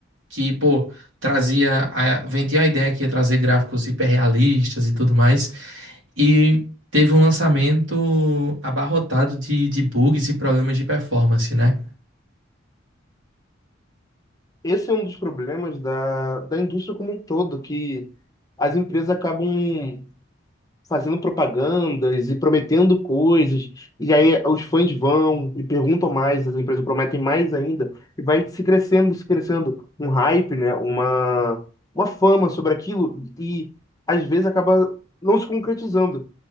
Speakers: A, on the right; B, on the left.
A: Que, pô, trazia a, vendia a ideia que ia trazer gráficos hiperrealistas e tudo mais. E teve um lançamento abarrotado de, de bugs e problemas de performance, né?
B: esse é um dos problemas da, da indústria como um todo, que as empresas acabam fazendo propagandas e prometendo coisas, e aí os fãs vão e perguntam mais, as empresas prometem mais ainda, e vai se crescendo, se crescendo, um hype, né? Uma, uma fama sobre aquilo, e às vezes acaba não se concretizando.